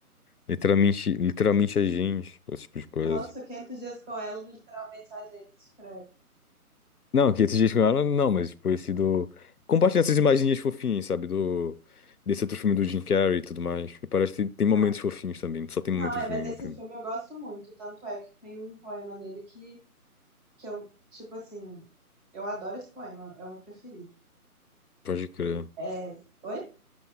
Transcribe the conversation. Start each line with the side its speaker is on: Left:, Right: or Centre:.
Left: literalmente, literalmente a gente, tipo, esse tipo de coisa.
Centre: Nossa, 500 dias com ela, literalmente a gente escreve.
Left: Não, que esses dias com ela, não, mas tipo, esse do. Compartilhando essas imaginhas fofinhas, sabe? Do. Desse outro filme do Jim Carrey e tudo mais. E parece que tem momentos
Centre: Ah,
Left: fofinhos também, só tem
Centre: não,
Left: momentos
Centre: é, mas
Left: ruins
Centre: esse
Left: no filme.
Centre: filme eu gosto muito. Tanto é que tem um poema nele que, que eu, tipo assim, eu adoro esse poema, é o meu preferido.
Left: Pode crer.
Centre: É, oi?